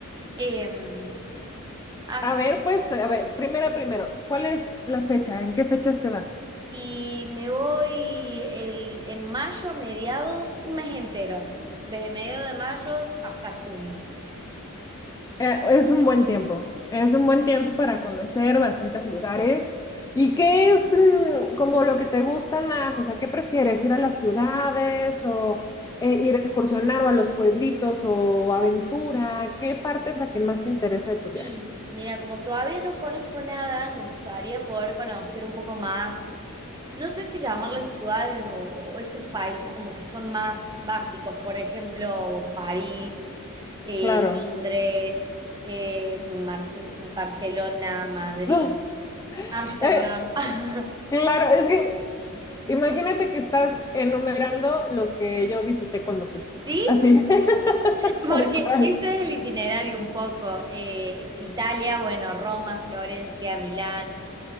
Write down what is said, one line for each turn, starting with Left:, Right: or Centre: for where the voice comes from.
Right: Em, Así
Left: A ver, pues, a ver, primero, primero, ¿cuál es la fecha? ¿En qué fechas te vas?
Right: Y me voy el- en mayo a mediados, un mes entero, desde mediados de mayo hasta junio.
Left: Eh, es un buen tiempo, es un buen tiempo para conocer bastantes lugares. ¿Y qué es mm, como lo que te gusta más? O sea, ¿qué prefieres? ¿Ir a las ciudades o
Right: Mm,
Left: eh, ir a excursionar o a los pueblitos o aventura? ¿Qué parte es la que más te interesa de tu
Right: Y
Left: viaje?
Right: mira, como todavía no conozco nada, me gustaría poder conocer un poco más, no sé si llamarles ciudades o, o esos países como que son más básicos, por ejemplo, París, eh,
Left: Claro.
Right: Londres, eh, Marce- Barcelona, Madrid,
Left: <laughs>
Right: Ámsterdam.
Left: Eh,
Right: <laughs>
Left: claro, es que imagínate que estás enumerando los que yo visité cuando fui.
Right: ¿Sí?
Left: Así, <laughs>
Right: Porque
Left: tal cual.
Right: ese es el itinerario un poco. eh, Italia, bueno, Roma, Florencia, Milán.